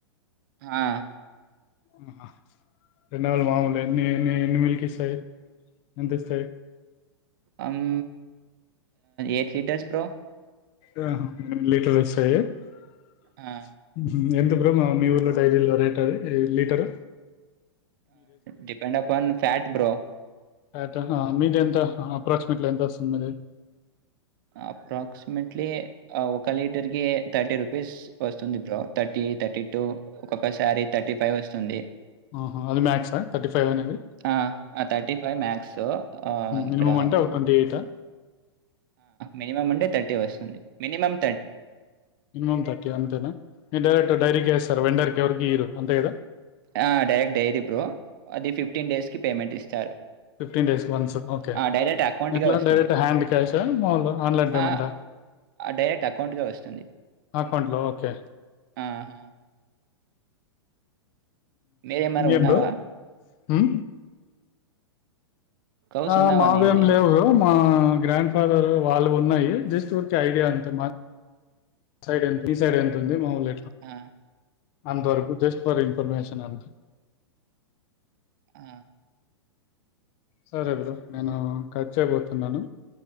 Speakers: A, on the right (about 50°); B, on the left (about 35°).
A: హా
B: ఆహా రెండావులు మాముూలు ఎన్ని ఎన్ని ఎన్ని మిలికిస్తాయి ఎంతస్తే
A: అమ్ ఎట్ లీటర్స్ ప్రో
B: ఆ లీటర్ వ <unintelligible>
A: ఆ!
B: ఎంత ఇప్పు మీ ఊర్లో డైరీలు వరేటది లీటర్
A: డిపెండ్ అప్ అన్ ఫ్యాట్ బ్రో
B: అ మీది ఎంత అప్రాక్సమేట్లీ ఎంత వస్తుంది మీది
A: అప్రాక్సిమేట్లీ ఒక లీటర్ కి థర్టీ రూపీస్ వస్తుంది బ్రో థర్టీ థర్టీ టూ ఒక్కొక్కసారి థర్టీ ఫైవ్ వస్తుంది
B: ఆహా అది మ్యాక్సా థర్టీ ఫైవ్ అనేది
A: ఆ ఆ థర్టీ ఫైవ్ మ్యాక్స్ అ ఇక్కడ
B: మినిమం అంటే ఒక ట్వంటీ ఎయిటా
A: మినిమం అంటే థర్టీ వస్తుంది minimum
B: మమమ్ thirty one direct dairy వస్తారు వెండర్కి ఎవరికి ఈరు అంతే కదా
A: ఆ డైరెక్ట్ డైరి బ్రో అది డేస్‌కి పేమెంట్ ఇస్తారు.
B: ఫిఫ్టీన్ డేస్ వన్స్ ఓకే
A: ఆ! డైరెక్ట్ అకౌంట్‌గా
B: ఎట్లా
A: వస్తుంది.
B: డైరెక్ట్ హ్యాండ్ క్యాష మాలు ఆన్లైన్ పేమెంట్
A: ఆ! డైరెక్ట్ అకౌంట్‌గా వస్తుంది.
B: అకౌంట్లో ఓకే
A: ఆహా! మీరేమన్నా
B: ఇంగేమ్
A: ఉన్నావా?
B: బ్రో హ
A: కౌస్
B: ఆ
A: ఉన్నావా
B: మావేం
A: నీది?
B: లేవు మా గ్రాండ్ ఫాదర్ వాళ్ళవి ఉన్నాయి, జస్ట్ ఊరికే ఐడియా అంతే మా సైడ్ ఎంత, మీ సైడ్ ఎంత ఉంది మాములు
A: ఆ
B: అంతవరకు జస్ట్ ఫర్ ఇన్ఫర్మేషన్ అంత
A: ఆ
B: సరే బ్రో నేను కట్ చేయబోతున్నాను